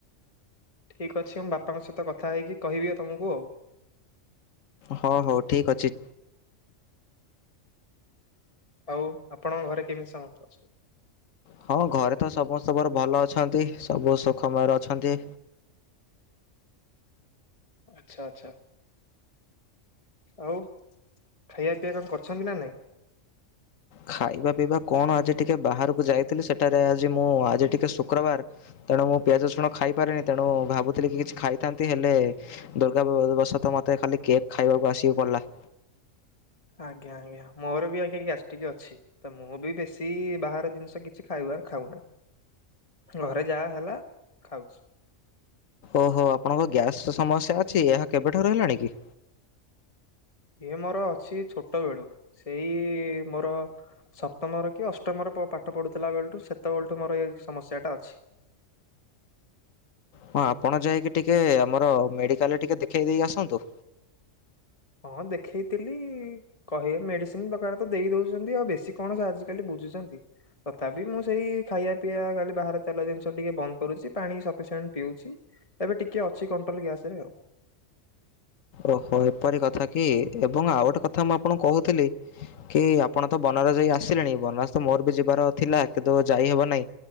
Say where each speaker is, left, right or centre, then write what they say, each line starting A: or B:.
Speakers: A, on the left; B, on the left.
A: ଠିକ୍ ଅଛି ମୁଁ ବାପାଙ୍କ ସହିତ କଥା ହେଇକି କହିବି ଆ ତମକୁ ଆଉ।
B: ହଉ ହଉ ଠିକ ଅଛି।
A: ଆଉ ଆପଣଙ୍କ ଘରେ କେମିତି ସମସ୍ତେ ଅଛନ୍ତି?
B: ହଁ ଘରେ ତ ସମସ୍ତେ ମୋର ଭଲ ଅଛନ୍ତି ସବୁ ସୁଖମୟର ଅଛନ୍ତି।
A: ଆଛା ଆଚ୍ଛା। ଆଉ ଖାଇବା ପିଇବା କଣ କରିଛନ୍ତି ନା ନାଇଁ?
B: ଖାଇବା ପିଇବା କଣ ଆଜି ଟିକେ ବାହାରକୁ ଯାଇଥିଲି ସେଠାରେ ଆଜି ମୁଁ ଆଜି ଟିକେ ଶୁକ୍ରବାର ତେଣୁ ମୁଁ ପିଆଜ ରଷୁଣ ଖାଇପାରେନି ତେଣୁ ଭାବୁଥିଲି କିଛି ଖାଇଥାନ୍ତି ହେଲେ ଦୁର୍ଗାବଶତଃ ମତେ ଖାଲି କେକ୍ ଖାଇବାକୁ ଆସିକି ପଡ଼ିଲା।
A: ଆଜ୍ଞା ଆଜ୍ଞା ମୋର ବି ଆଜ୍ଞା ଗ୍ୟାସ୍ ଟିକ ଅଛି। ତ ମୁଁ ବି ବେଶୀ ବାହାର ଜିନିଷ କିଛି ଖାଇବ ଖାଉ ନାହିଁ। ଘରେ ଯାହା ହେଲା ଖାଉଛି।
B: ଓହୋ ଆପଣଙ୍କ ଗ୍ୟାସ ସମସ୍ୟା ଅଛି ଏହା କେବେଠାରୁ ହେଲାଣି କି?
A: ଇଏ ମୋର ଅଛି ଛୋଟ ବେଳୁ ସେଇ ମୋର ସପ୍ତମରେ କି ଅଷ୍ଟମରେ ପାଠ ପଢୁଥିଲା ବେଳଠୁ ସେତେବେଳଠୁ ମୋର ଏଇ ସମସ୍ୟା ଟା ଅଛି।
B: ହଁ ଆପଣ ଯାଇକି ଟିକେ ଆମର ମେଡ଼ିକାଲରେ ଟିକେ ଦେଖେଇ ଦେଇ ଆସନ୍ତୁ।
A: ହଁ ଦେଖଇଥିଲି କହିବେ ମେଡିସିନ ପ୍ରକାର ତ ଦେଇ ଦଉଛନ୍ତି ଆଉ ବେଶୀ କଣ ଆଜିକାଲି ବୁଝୁଛନ୍ତି। ତଥାପି ମୁଁ ସେଇ ଖାଇବା ପିଇବା କାଲି ବାହାରେ ତେଲ ଜିନିଷ ଟିକେ ବନ୍ଦ କରୁଛି ପାଣି ସଫିସିଣ୍ଟ ପିଉଛି। ଏବେ ଟିକେ ଅଛି କଣ୍ଟ୍ରୋଲ ଗ୍ୟାସ ରେ ଆଉ।
B: ଓହୋ ଏପରି କଥା କି ଏବଂ ଆଉ ଗୋଟେ କଥା ମୁଁ ଆପଣଙ୍କୁ କହୁଥିଲି କି ଆପଣ ତ ବନାରସ ଜାଇ ଆସିଲେଣି ବନାରସ ତ ମୋର ବି ଯିବାର ଥିଲା କିନ୍ତୁ ଯାଇହବ ନାହିଁ।